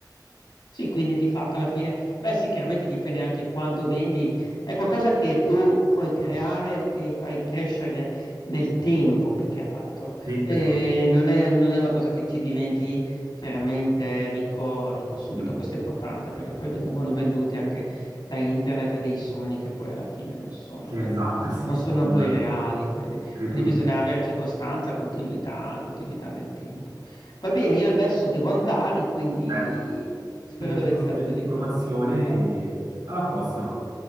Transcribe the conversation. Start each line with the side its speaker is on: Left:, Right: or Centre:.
Left: Sì, quindi di fatto alla fine, beh sì, chiaramente dipende anche quanto vendi, è qualcosa che tu puoi creare e fai crescere nel tempo più che altro,
Right: Sì,
Left: Eh,
Right: esatto,
Left: non è, non è una cosa che ci diventi chiaramente ricco, ricco subito,
Right: subito.
Left: questo è importante perché poi vengono venduti anche da internet dei sogni che poi alla fine non sono,
Right: Che esatto, sì,
Left: non
Right: sì,
Left: sono
Right: quello
Left: poi
Right: è.
Left: reali, quindi,
Right: Reputo.
Left: quindi bisogna averci costanza, continuità, continuità nel tempo. Va bene, io adesso devo andare, quindi
Right: Perfetto.
Left: spero
Right: Ti ringrazio
Left: di averti dato
Right: dell'informazione
Left: delle informazioni, ok?
Right: e alla prossima.